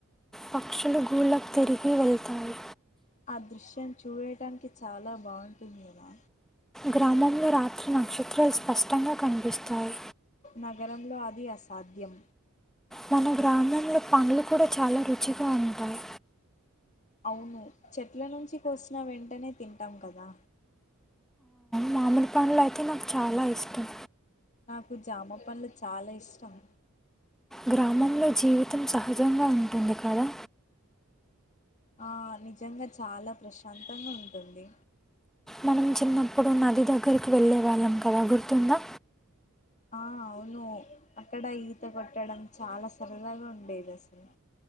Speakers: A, in the centre; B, on the left.
A: పక్షులు గూళ్ళకు తిరిగి వెళతాయి
B: ఆ దృశ్యం చూడటానికి చాలా బాగుంటుంది కదా
A: గ్రామంలో రాత్రి నక్షత్రాలు స్పష్టంగా కనిపిస్తాయి
B: నగరంలో అది అసాధ్యం
A: మన గ్రామంలో పండ్లు కూడా చాలా రుచిగా ఉంటాయి
B: అవును చెట్ల నుంచి కోసిన వెంటనే తింటాం కదా
A: మామిడి పండ్లు అయితే నాకు చాలా ఇష్టం
B: నాకు జామ పండ్ళలు చాలా ఇష్టం
A: గ్రామంలో జీవితం సహజంగా ఉంటుంది కదా
B: ఆ నిజంగా చాలా ప్రశాంతంగా ఉంటుంది
A: మనం చిన్నప్పుడు నది దగ్గరకు వెళ్ళే వాళ్ళం కదా గుర్తుందా
B: ఆ అవును అక్కడ ఈత కొట్టడం చాలా సరదాగా ఉండేది అసలు